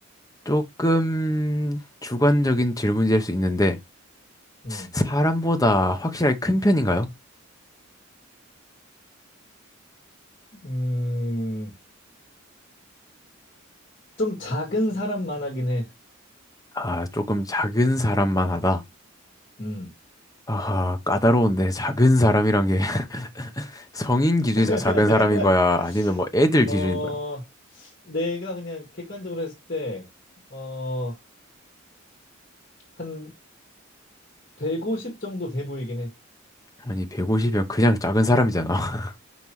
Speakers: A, on the left (about 15°); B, on the left (about 45°).
A: 조금 주관적인 질문일 수 있는데,
B: 음,
A: 사람보다 확실하게 큰 편인가요?
B: 음, 좀 작은 사람만 하긴 해.
A: 아, 조금 작은 사람만 하다.
B: 음.
A: 아하, 까다로운데, 작은 사람이란 게 <laughs> 성인 기준에서
B: <laughs>
A: 작은 사람인 거야? 아니면 뭐 애들
B: 어,
A: 기준인 거야?
B: 내가 그냥 객관적으로 했을 때, 어, 한 150 정도 돼 보이긴 해.
A: 아니, 150이면 그냥 작은 사람이잖아. <laughs>